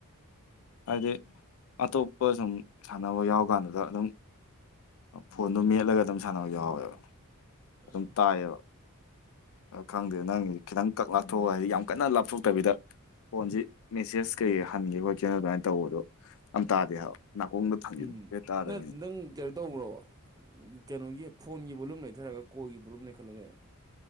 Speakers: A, on the left; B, on the right.
A: ꯍꯥꯏꯗꯤ ꯑꯇꯣꯞꯄ ꯁꯨꯝ ꯁꯥꯟꯅꯕ ꯌꯥꯎ ꯀꯥꯟꯗꯒ ꯑꯗꯨꯝ ꯐꯣꯟꯗꯣ ꯃꯦꯠꯂꯒ ꯑꯗꯨꯝ ꯁꯥꯟꯅꯕ ꯌꯥꯎꯋꯦꯕ
B: ꯎꯝ
A: ꯑꯗꯨꯝ ꯇꯥꯏꯌꯦꯕ꯫ ꯈꯪꯗꯦ ꯅꯪ ꯈꯤꯇꯪ ꯀꯛ ꯂꯥꯞꯊꯣꯛꯑꯣ ꯍꯥꯏꯗꯤ ꯌꯥꯝ ꯀꯟꯅ ꯂꯥꯞꯊꯣꯛꯇꯕꯤꯗ ꯐꯣꯟꯁꯤ ꯃꯦꯁꯦꯁ ꯀꯩꯩ ꯍꯟꯒꯦ ꯈꯣꯠꯈꯤꯕ ꯀꯩꯅꯣ ꯑꯗꯨꯃꯥꯏꯅ ꯇꯧꯕꯗꯣ ꯑꯝ ꯇꯥꯗꯦ ꯍꯥꯏꯕ ꯅꯥꯀꯣꯡꯗ ꯊꯥꯡꯖꯤꯟꯗꯔꯤꯈꯩ
B: ꯎꯝ
A: ꯊꯥꯗꯥꯔꯦ
B: ꯅ ꯅꯪ ꯀꯩꯅꯣ ꯇꯧꯕ꯭ꯔꯣ ꯀꯩꯅꯣꯒꯤ ꯐꯣꯟꯒꯤ ꯕꯣꯂꯨꯝ ꯂꯩꯊꯔꯒ ꯀꯣꯜꯒꯤ ꯕꯣꯂꯨꯝ ꯂꯩꯈꯠꯂꯣ ꯀꯩꯅꯣ